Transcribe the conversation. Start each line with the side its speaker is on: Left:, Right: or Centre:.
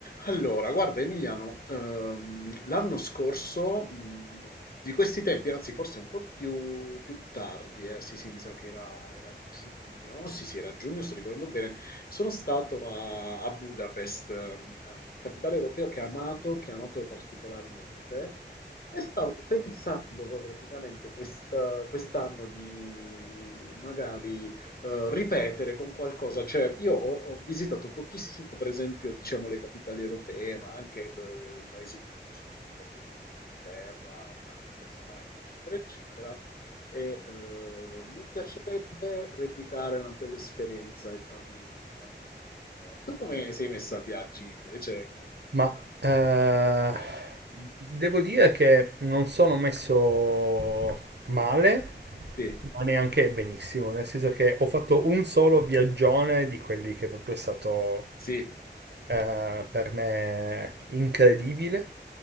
Left: Allora, guarda Emiliano, ehm, l'anno scorso, mh, di questi tempi, anzi forse un po' più, più tardi, eh, sì sì, mi sa che era, era giugno, sì sì, era giugno, sto ricordando bene, sono stato a, a Budapest, ehm, eh, capitale europeo che ho amato, che ho amato particolarmente, e stavo pensando poi praticamente quest- quest'anno di magari eh, ripetere con qualcosa. Cioè, io ho, ho visitato pochissimo, per esempio, diciamo, le capitali europee, ma anche eh, i paesi più vicini, faccio esempio Inghilterra, Francia, Spagna, eccetera, eccetera. E eh, mi piacerebbe replicare una bella esperienza e farmi, e farmi un tour. Tu come sei messa a viaggi invece?
Right: Ma eh, devo dire che non sono messo male,
Left: Sì,
Right: ma neanche benissimo, nel senso che ho fatto un solo viaggione di quelli che è proprio stato
Left: sì.
Right: eh, per me incredibile,